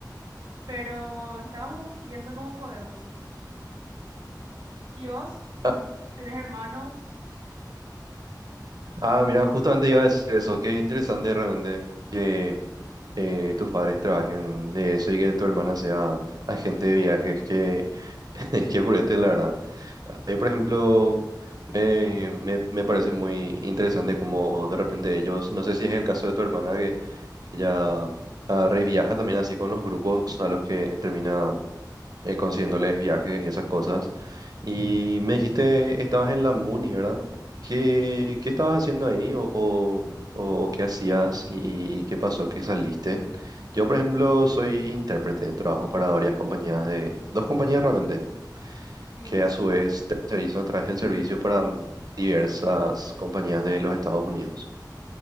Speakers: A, on the right; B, on the right.
A: Pero estamos viendo cómo podemos. ¿Y vos?
B: Ah,
A: ¿Tenés hermanos?
B: ah, mira, justamente iba a decir eso, qué interesante realmente que eh, tus padres trabajen de eso y que tu hermana sea agente de viajes, que, <laughs> que purete, la verdad. Ahí, por
A: Sí.
B: ejemplo... Me, me, me parece muy interesante como de repente ellos, no sé si es el caso de tu hermana que ella ah, reviaja también así con los grupos a los que termina eh, consiguiéndoles viajes y esas cosas. Y me dijiste, estabas en la Muni, ¿verdad? ¿Qué, qué estabas haciendo ahí o, o- o qué hacías y qué pasó, qué saliste? Yo, por ejemplo, soy intérprete, trabajo para varias compañías de, dos compañías realmente
A: Sí,
B: que a su vez terceriza traje el servicio para mm, diversas compañías de los Estados Unidos.